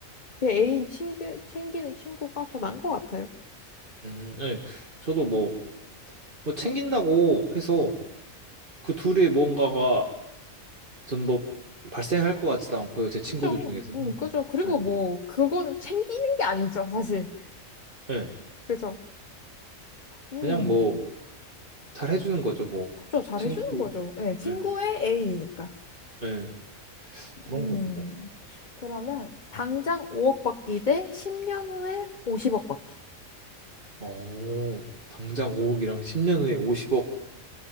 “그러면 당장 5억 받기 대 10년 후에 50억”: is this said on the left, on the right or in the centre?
Left